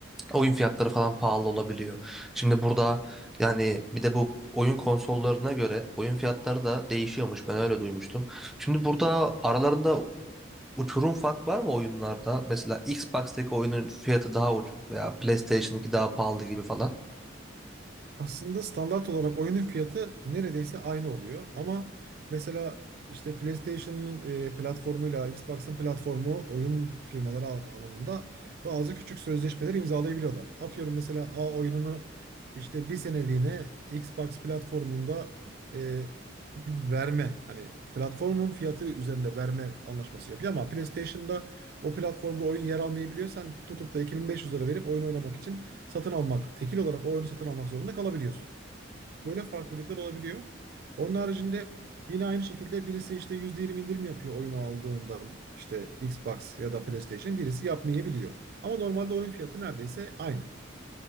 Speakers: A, in the centre; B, on the right.
A: Oyun fiyatları falan pahalı olabiliyor. Şimdi burada yani bir de bu oyun konsollarına göre oyun fiyatları da değişiyormuş. Ben öyle duymuştum. Şimdi burada aralarında uçurum fark var mı oyunlarda? Mesela Xbox'taki oyunun fiyatı daha ucuz veya PlayStation'daki daha pahalı gibi falan.
B: Aslında standart olarak oyunun fiyatı neredeyse aynı oluyor. Ama mesela işte PlayStation'ın e, platformuyla Xbox'ın platformu oyun firmaları al- alanında bazı küçük sözleşmeler imzalayabiliyorlar. Atıyorum mesela A oyununu işte bir seneliğine Xbox platformunda e, <clears throat> verme hani platformun fiyatı üzerinde verme anlaşması yapıyor ama PlayStation'da o platformda oyun yer almayabiliyor. Sen tutup da 2500 lira verip oyun oynamak için satın almak, tekil olarak o oyunu satın almak zorunda kalabiliyorsun. Böyle farklılıklar olabiliyor. Onun haricinde yine aynı şekilde birisi işte %20 indirim yapıyor oyunu aldığında işte Xbox ya da PlayStation birisi yapmayabiliyor. Ama normalde oyun fiyatı neredeyse aynı.